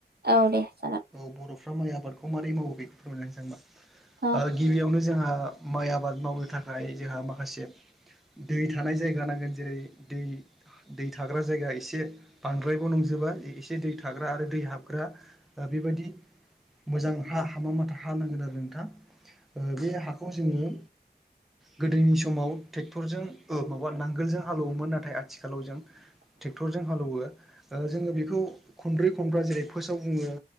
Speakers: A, on the right (about 65°); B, in the centre.
A: औ दे जागोन।
B: औ बर'फ्रा माइ आबादखौ मारै मावो बेखौ फोरमायना होनोसै आं होनबा
A: औ
B: ओ गिबियावनो जोंहा माइ आबाद मावनो थाखाय जोंहा माखासे दै थानाय जायगा नांगोन जेरै दै दै थाग्रा जायगा एसे बांद्रायबो नंजोबा एसे दै थाग्रा आरो दै हाबग्रा बेबायदि मोजां हा हामा माथा हा नांगोन आरो नोंथां ओ बे हाखौ जोङो गोदोनि समाव ट्रेक्टरजों ओ माबा नांगोलजों हालौवोमोन ना थाय आथिखालाव जों ट्रेक्टरजों हालएवो ओ जोङो बेखौ खनब्रै खनब्रा जेरै फासाव जोङो